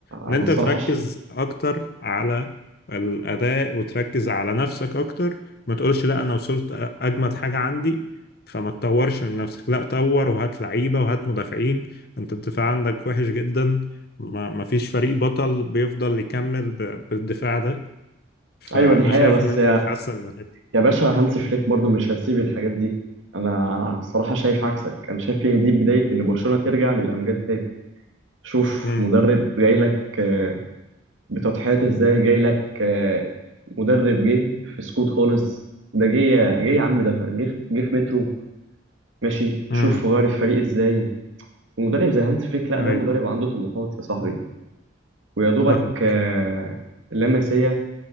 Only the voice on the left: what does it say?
ان
انت
تركز
اكتر على الاداء وتركز على نفسك اكتر ما تقولش لا انا وصلت اجمد حاجه عندي فما تطورش من نفسك لا طور وهات لعيبه وهات مدافعين انت الدفاع عندك وحش جدا ما ما فيش فريق بطل بيفضل يكمل ب- بالدفاع ده فانا
شايف
ان انت تحسن من الحته
امم
امم
اي
فاهمك